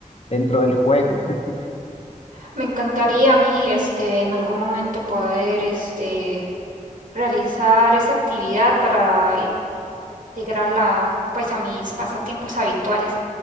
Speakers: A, on the left; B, on the right.
A: dentro del juego. <laughs>
B: Me encantaría a mí, este, en algún momento poder, este, realizar esa actividad para integrarla, pues, a mis pasatiempos habituales.